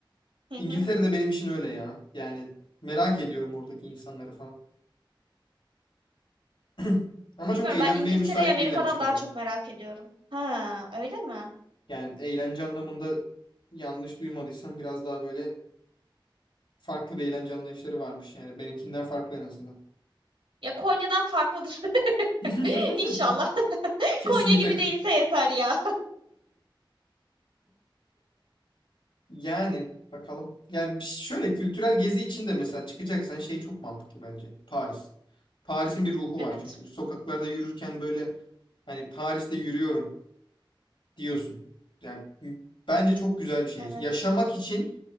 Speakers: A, on the right; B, on the left.
A: Hı hı.
B: İngiltere de benim için öyle ya. Yani merak ediyorum oradaki insanları falan. <clears throat> Ama
A: Bilmiyorum
B: çok eğlenmeye
A: ben İngiltere'yi
B: müsait
A: Amerika'dan
B: değillermiş galiba.
A: daha çok merak ediyorum. Ha, öyle mi?
B: Yani eğlence anlamında yanlış duymadıysam biraz daha böyle farklı bir eğlence anlayışları varmış. Yani benimkinden farklı en azından.
A: Ya Konya'dan farklıdır.
B: <laughs>
A: <laughs> İnşallah. <laughs>
B: Kesinlikle.
A: Konya gibi değilse yeter ya.
B: Yani bakalım. Yani bir- şöyle kültürel gezi için de mesela çıkacaksan şey çok mantıklı bence. Paris. Paris'in bir ruhu
A: Evet.
B: var çünkü. Sokaklarda yürürken böyle hani Paris'te yürüyorum diyorsun. Yani bence çok güzel bir şehir.
A: Evet.
B: Yaşamak için